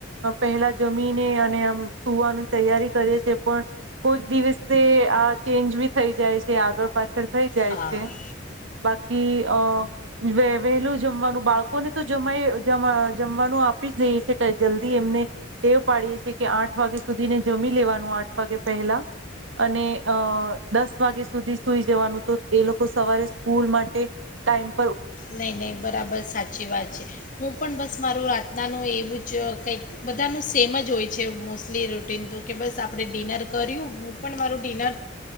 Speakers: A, on the right; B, on the left.
A: પહેલા જમીને અને આમ સુવાનું તૈયારી કરીએ છે પણ કોક દિવસે આ ચેન્જ બી થઈ જાય છે આગળ પાછ. થઈ જાય
B: હા
A: છે બાકી. વહેલું જમવાનું બાળકોને તો જમાય જમવાનું આપી જ દઈ છે જલ્દી એમને ટેવ પાડીયે છે કે આઠ વાગે સુધીને જમી લેવાનું આઠ વાગે પહેલા અને અ દસ વાગે સુધી સુઈ જવાનું તો એ લોકો સવારે સ્કૂલમાં તે ટાઈમ
B: નહી નહી બરાબર સાચી વાત છે હું પણ બસ બસ મારું રાતનાનું એવું જ કંઈક બધાનું સેમ જ હોય છે મોસ્ટલી રૂટટીન તો કે બસ આપણે ડિનર કર્યું હું પણ મારું ડિનર